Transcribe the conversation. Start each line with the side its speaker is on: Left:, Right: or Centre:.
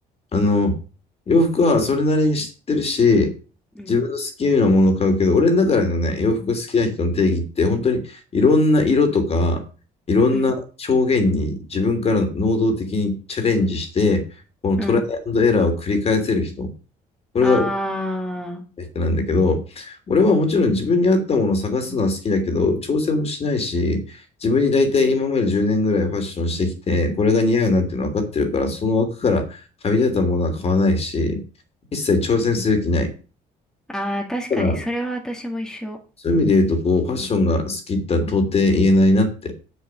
Left: あの、洋服はそれなりに知ってるし、
Centre: うん、
Left: 自分の好きなものを買うけど、俺の中でのね、洋服好きな人の定義って、本当にいろんな色とか、いろんな表現に自分から能動的にチャレンジして、
Centre: うん、
Left: このトライアンドエラーを繰り返せる人。
Centre: うん。
Left: これが
Centre: あ
Left: 人なんだけど、俺はもちろん自分に合ったものを探すのは好きだけど、調整もしないし、自分に大体今まで10年ぐらいファッションしてきて、これが似合うなっていうの分かってるから、その枠からはみ出たものは買わないし、一切挑戦する気ない。
Centre: あ、ああ、確かに、
Left: だから、
Centre: それは私も一緒。
Left: そういう意味で言うと、こう、ファッションが好きって到底言えないなって、